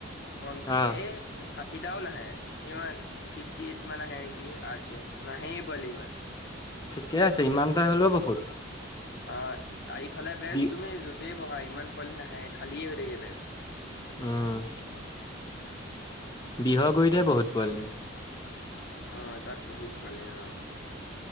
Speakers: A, on the left; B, on the left.
A: পঞ্চা
B: আহ
A: এই চাঠ কেটাও নাহে। ইমান ফিফটি এইট মান আহে নেকি আৰ্টছৰ। নাহেই পোৱালি ইমান।
B: ঠিকে আছে, ইমানটা হ'লেও বহুত।
A: অ', চাৰিওফালে বেঞ্চ।
B: বি
A: তুমি য'তেই বহা ইমান পোৱালি নাহে খালীয়ে হৈ থাকে বেঞ্চ।
B: উম। বিহগুৰিতহে বহুত পোৱালি।
A: অহ তাত বহুত পোৱালি অহ।